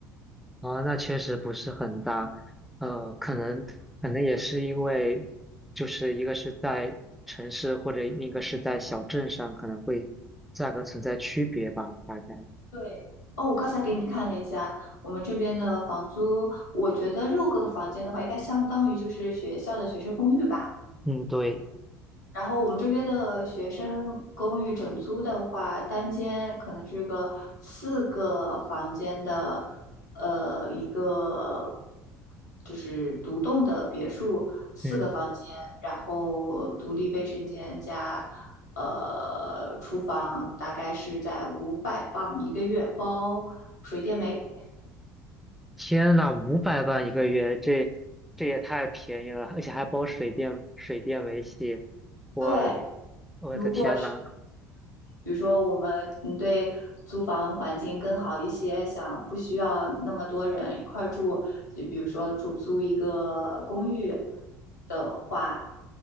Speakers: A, in the centre; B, on the left.
A: 啊，那确实不是很大，呃，可能可能也是因为，就是一个是在城市或者一个是在小镇上，可能会价格存在区别吧，大概。
B: 对，哦，我刚才给你看了一下，我们这边的房租，我觉得六个房间的话，应该相当于就是学校的学生公寓吧。
A: 嗯，对，
B: 然后我们这边的学生公寓整租的话，单间可能是个四个房间的，呃，一个就是独栋的别墅，四个房间，
A: 嗯，
B: 然后独立卫生间加呃厨房，大概是在五百磅一个月，包水电煤。
A: 天呐，五百万一个月，这这也太便宜了，而且还包水电水电维系，我
B: 对，
A: 我的天呐！
B: 如果。比如说我们嗯对租房环境更好一些，想不需要那么多人一块儿住，就比如说住租一个公寓的话，